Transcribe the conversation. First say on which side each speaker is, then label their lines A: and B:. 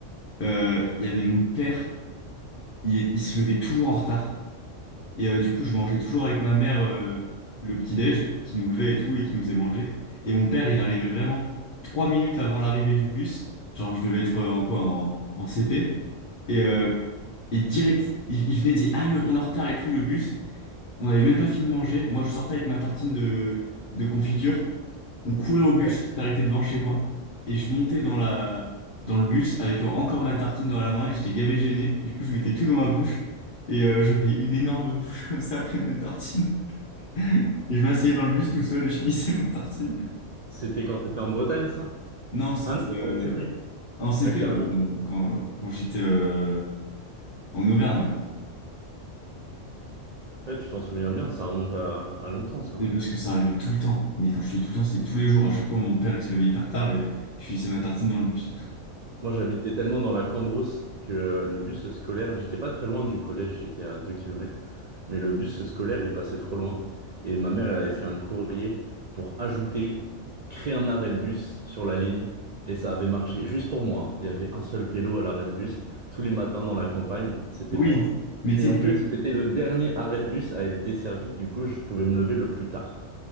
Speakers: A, on the left; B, on the right.
A: euh, il y avait mon père, il, est- il se levait toujours en retard. Et euh, du coup, je mangeais toujours avec ma mère euh, le petit-déj, qui nous levait et tout, et qui nous faisait manger. Et mon père, il arrivait vraiment trois minutes avant l'arrivée du bus. Genre, je devais être euh, en quoi, en, en CP. Et, euh, et direct, il, il venait dire, Ah, le- on est en retard et tout, le bus. On n'avait même pas fini de manger. Moi, je sortais avec ma tartine de, de confiture. On courait
B: <laughs>
A: au bus qui s'arrêtait devant chez moi et je montais dans la dans le bus avec en- encore ma tartine dans la main et j'étais gavé gêné. Du coup, je mettais tout dans ma bouche et euh, j'avais une énorme bouche <laughs> comme ça pleine de tartines. <laughs> Et je m'asseyais dans le bus tout seul et je finissais ma tartine.
B: C'était quand t'étais en Bretagne, ça?
A: Non, c'était
B: Ah non,
A: euh,
B: en CP.
A: en CP
B: Ah, Clermont.
A: ouais, quand quand, quand j'étais euh, en Auvergne. ouais.
B: Ouais, tu t'en souviens bien, ça remonte à, à longtemps, ça.
A: Mais parce que ça arrivait tout le temps. Mais quand je dis tout le temps, c'était tous les jours. À chaque fois, mon père il se levait hyper tard et je finissais ma tartine dans le bus. <laughs>
B: Moi, j'habitais tellement dans la Cambrousse que euh, le bus scolaire, j'étais pas très loin du collège, j'étais à 2 kilomètres, mais le bus scolaire, il passait trop loin. Et ma mère, elle avait fait un courrier pour ajouter, créer un arrêt de bus sur la ligne, et ça avait marché. Juste pour moi, hein. Il y avait un seul pélo à l'arrêt de bus, tous les matins dans la campagne, c'était
A: Oui,
B: moi.
A: mais tu
B: Et
A: sais
B: en
A: que
B: plus, c'était le dernier arrêt de bus à être desservi, du coup, je pouvais me lever le plus tard.